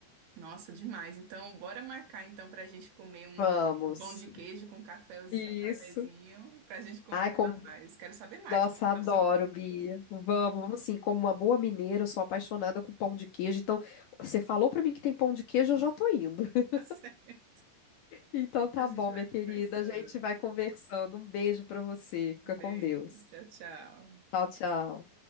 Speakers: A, on the right; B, on the left.
A: Nossa, demais. Então, bora marcar então para a gente comer um
B: Vamos.
A: pão de queijo com um cafezinho,
B: Isso.
A: um cafezinho, pra gente conversar
B: Ai, como.
A: mais. Quero saber mais
B: Nossa,
A: como é que tá
B: adoro,
A: o seu curso.
B: Bia.
A: <laughs>
B: Vamos, vamos sim. Como uma boa mineira, eu sou apaixonada com pão de queijo. Então, você falou pra mim que tem pão de queijo, eu já tô indo. <laughs>
A: Tá certo.
B: Então, tá
A: A gente
B: bom, minha
A: vai
B: querida.
A: conversando.
B: A gente vai conversando. Um beijo pra você. Fica
A: Um beijo.
B: com Deus.
A: Tchau, tchau.
B: Tchau, tchau.